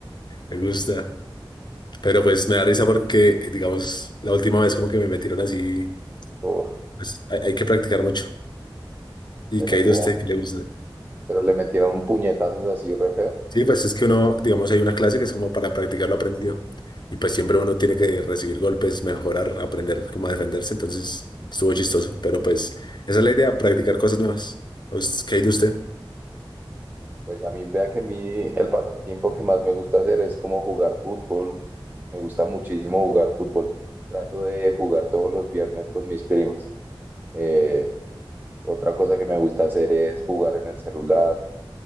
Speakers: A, on the left; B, on the right.
A: me gusta. Pero pues me da risa porque, digamos, la última vez como que me metieron así,
B: Uf,
A: pues hay, hay que practicar mucho. ¿Y
B: le
A: qué
B: metieron-
A: hay de usted que le gusta?
B: pero le metieron puñetazos así re feo.
A: Sí, pues es que uno, digamos, hay una clase que es como para practicar lo aprendido. Y pues siempre uno tiene que recibir golpes, mejorar, aprender cómo defenderse. Entonces estuvo chistoso. Pero pues esa es la idea, practicar cosas nuevas. Pues, ¿qué hay de usted?
B: Pues a mí, vea que a mí el pasatiempo que más me gusta hacer es como jugar fútbol. Me gusta muchísimo jugar fútbol. Trato de jugar todos los viernes con mis primos. Eh, Otra cosa que me gusta hacer es jugar en el celular.